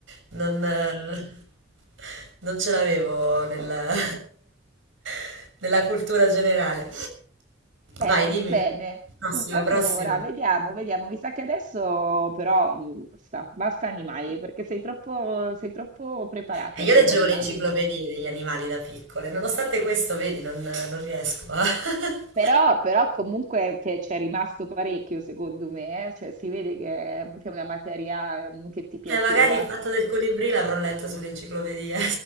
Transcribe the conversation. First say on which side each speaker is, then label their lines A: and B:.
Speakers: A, on the right (about 70°); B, on the right (about 40°).
A: Non... eh. Non ce l'avevo nella, <laughs> nella cultura generale.
B: Bene,
A: Vai, dimmi.
B: bene.
A: Prossima,
B: Allora,
A: prossima.
B: vediamo, vediamo. Mi sa che adesso però mm, basta, basta animali, perché sei troppo, sei troppo preparata
A: Eh, io
B: sugli
A: leggevo
B: animali.
A: le enciclopedie degli animali da piccole, nonostante questo, vedi, non, non riesco a... <laughs>
B: Però, però comunque che c'è rimasto parecchio, secondo me, eh? Cioè si vede che che è una materia mm, che ti piaceva.
A: Eh, magari il fatto del colibrì l'avrò letto sull'enciclopedia.